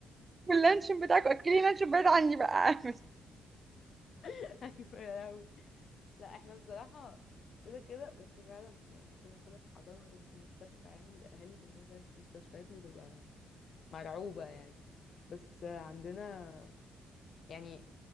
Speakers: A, on the right; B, on the left.
A: واللانشون بتاعكم اكلين لانشون بعيد عني بقى
B: <laughs> ايوه يا لهوي لا احنا بصراحة كده كده بس فعلا يعني كده كده في حضانة غير في مستشفى يعني الأهالي في المس- المستشفيات بتبقى مرعوبة يعني بس عندنا يعني